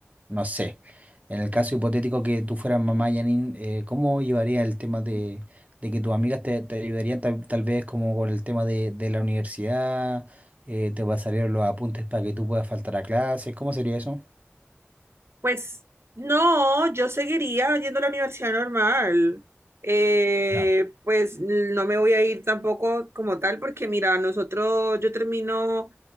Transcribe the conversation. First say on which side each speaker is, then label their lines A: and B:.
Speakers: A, on the right; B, on the right.
A: no sé, en el caso hipotético que tú fueras mamá, Janine, eh, ¿cómo llevarías el tema de, de que tus amigas te, te ayudarían tal, tal vez como con el tema de, de la universidad? eh, ¿te pasarían los apuntes para que tú puedas faltar a clases? ¿Cómo sería eso?
B: Pues no, yo seguiría yendo a la universidad normal. Eh,
A: Ya.
B: pues no me voy a ir tampoco como tal, porque mira, nosotros, yo termino